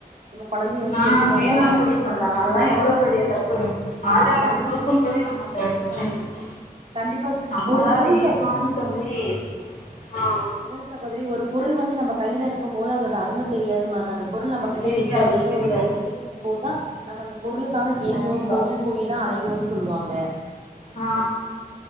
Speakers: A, on the right; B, on the left.
A: நம்ம கொழந்தைய வந்து
B: ஆ
A: பெத்துக்க
B: வேணாங்குடி
A: வேண்டா ஆனாங்க
B: சொல்றாங்க அதலா எவ்ளொ பெரிய தப்பு ஆண்டவ
A: கண்டி
B: நம்ம குடுக் க்கும்போதே நம்ம அத இது பண்ணிக்கனு
A: கண்டிப்பா
B: நம்மளா
A: ஒரு பொருள்
B: வேணானு
A: சகோதரி
B: சொல்லி ஆ
A: அதா சகோதரி ஒரு பொருள் வந்து நம்ம கைல இருக்கும் போது அதோட அருமத் தெரியாதும்பாங்க அந்த பொருள் நம்ம கிட்ட
B: தெரியாது
A: இல்ல வேற
B: தெரியாது
A: ஒருத்தங்க கிட்ட இருக்குபோதா நம்ம அந்த பொருளுக்காக ஏங்குவோ
B: கண்டிப்பா
A: கோவில் கோயிலா அலைய்வோன்னு சொல்லுவாங்க
B: ஆ